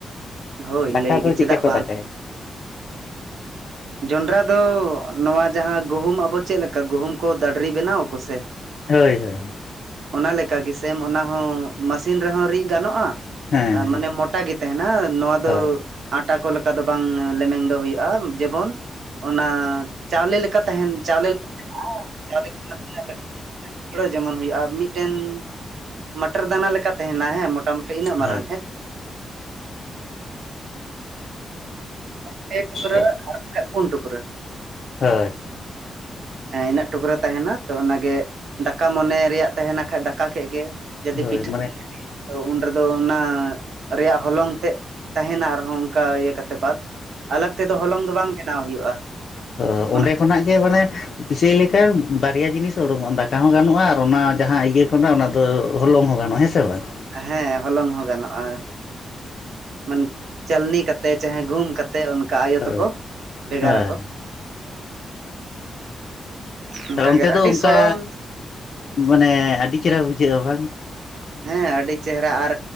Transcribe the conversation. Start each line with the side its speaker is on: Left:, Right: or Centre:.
Right: ᱦᱳᱭ
Left: ᱫᱟᱠᱟ
Right: ᱞᱟᱹᱭ
Left: ᱫᱚ
Right: ᱜᱮ
Left: ᱪᱮᱫᱠᱟ
Right: ᱪᱮᱫᱟᱜ
Left: ᱠᱚ
Right: ᱵᱟᱝ
Left: ᱫᱟᱠᱟᱭᱟ?
Right: ᱡᱚᱱᱰᱨᱟ ᱫᱚ ᱱᱚᱣᱟ ᱡᱟᱦᱟᱸ ᱜᱩᱦᱩᱢ ᱟᱵᱚ ᱪᱮᱫᱮ ᱞᱮᱠᱟ ᱜᱩᱦᱩᱢ ᱠᱚ ᱫᱟᱰᱨᱤ ᱵᱮᱱᱟᱣᱟᱠᱚ ᱥᱮ
Left: ᱦᱳᱭ ᱦᱳᱭ᱾
Right: ᱚᱱᱟ ᱞᱮᱠᱟ ᱜᱮ ᱥᱮᱢ ᱚᱱᱟ ᱦᱚᱸ ᱢᱟᱥᱤᱱ ᱨᱮᱦᱚᱸ ᱨᱤᱫ ᱜᱟᱱᱚᱜᱼᱟ
Left: ᱦᱮᱸ
Right: ᱢᱟᱱᱮ ᱢᱚᱴᱟ ᱜᱮ ᱛᱟᱦᱮᱱᱟ ᱱᱚᱣᱟ
Left: ᱦᱳᱭ
Right: ᱫᱚ ᱟᱴᱟ ᱠᱚ ᱞᱮᱠᱟ ᱫᱚ ᱵᱟᱝ ᱞᱮᱢᱮᱝ ᱫᱚ ᱦᱩᱭᱩᱜᱼᱟ᱾ ᱡᱮᱢᱚᱱ ᱚᱱᱟ ᱪᱟᱣᱞᱮ ᱞᱮᱠᱟ ᱛᱟᱦᱮᱱ ᱪᱟᱣᱞᱮ ᱞᱮᱠᱟ <unintelligible> ᱡᱮᱢᱚᱱ ᱦᱩᱭᱩᱜᱼᱟ ᱢᱤᱫᱴᱮᱱ ᱢᱟᱴᱚᱨ ᱫᱟᱱᱟ ᱞᱮᱠᱟ ᱛᱟᱦᱮᱱᱟ ᱦᱮᱸ ᱢᱚᱴᱟᱢᱩᱴᱤ ᱤᱱᱟᱹᱜ ᱢᱟᱨᱟᱝ
Left: ᱦᱳᱭ
Right: ᱦᱮᱸ᱾ ᱯᱮ ᱴᱩᱠᱨᱟᱹ
Left: ᱦᱳᱭ
Right: ᱟᱨ ᱵᱟᱠᱷᱟ ᱯᱩᱱ ᱴᱩᱠᱨᱟᱹ
Left: ᱦᱳᱭ᱾
Right: ᱦᱮᱸ ᱤᱱᱟᱹᱜ ᱴᱩᱠᱨᱟᱹ ᱛᱟᱦᱮᱱᱟ ᱛᱚ ᱚᱱᱟᱜᱮ ᱫᱟᱠᱟ ᱢᱚᱱᱮ ᱨᱮᱭᱟᱜ ᱛᱟᱦᱮᱱᱟ ᱠᱷᱟᱡ ᱫᱟᱠᱟ ᱠᱮᱜ ᱜᱮ ᱡᱩᱫᱤ
Left: ᱦᱳᱭ
Right: ᱯᱤᱴᱷᱟᱹ
Left: ᱢᱟᱱᱮ
Right: ᱚ ᱩᱱ ᱨᱮᱫᱚ ᱚᱱᱟ ᱨᱮᱭᱟᱜ ᱦᱚᱞᱚᱝ ᱛᱮᱜ ᱛᱟᱦᱮᱱᱟ ᱟᱨᱦᱚᱸ ᱚᱱᱠᱟ ᱤᱭᱟᱹ ᱠᱟᱛᱮ ᱵᱟᱫ ᱟᱞᱟᱜᱽ ᱛᱮᱫᱚ ᱦᱚᱞᱚᱝ ᱫᱚ ᱵᱟᱝ ᱵᱮᱱᱟᱣ ᱦᱩᱭᱩᱜᱼᱟ᱾
Left: ᱚ
Right: ᱚᱱᱟ
Left: ᱚᱸᱰᱮ ᱠᱷᱚᱱᱟᱜ ᱜᱮ ᱢᱟᱱᱮ ᱯᱤᱥᱟᱹᱭ ᱞᱮᱠᱟ ᱵᱟᱨᱭᱟ ᱡᱤᱱᱤᱥ ᱩᱰᱩᱠᱚᱜᱼᱟ ᱫᱟᱠᱟ ᱦᱚ ᱜᱟᱱᱚᱜᱼᱟ ᱟᱨ ᱚᱱᱟ ᱡᱟᱦᱟᱸ ᱤᱭᱟᱹ ᱠᱷᱚᱱᱟᱜ ᱚᱱᱟ ᱛᱚ ᱦᱚᱞᱚᱝ ᱦᱚᱸ ᱜᱟᱱᱚᱜᱼᱟ ᱦᱮᱸᱥᱮ ᱵᱟᱝ?
Right: ᱦᱮᱸ ᱦᱚᱞᱚᱝ ᱦᱚᱸ ᱜᱟᱱᱚᱜᱼᱟ ᱢᱟᱱ ᱪᱟᱞᱱᱤ ᱠᱟᱛᱮ ᱛᱮ ᱪᱟᱦᱮ ᱜᱩᱢ ᱠᱟᱛᱮ ᱚᱱᱠᱟ ᱟᱭᱳ
Left: ᱦᱳᱭ
Right: ᱛᱟᱠᱚ ᱵᱷᱮᱜᱟᱨᱟᱠᱚ
Left: ᱦᱳᱭ
Right: ᱚᱱᱠᱟ
Left: ᱚᱱᱛᱮ
Right: ᱜᱮ
Left: ᱫᱚ
Right: ᱟᱹᱰᱤ
Left: ᱚᱱᱠᱟ
Right: ᱥᱚᱲᱚᱢ
Left: ᱢᱟᱱᱮ ᱟᱹᱰᱤ ᱪᱮᱦᱨᱟ ᱵᱩᱡᱷᱟᱹᱜᱼᱟ ᱵᱟᱝ?
Right: ᱦᱮᱸ ᱟᱹᱰᱤ ᱪᱮᱦᱨᱟ ᱟᱨ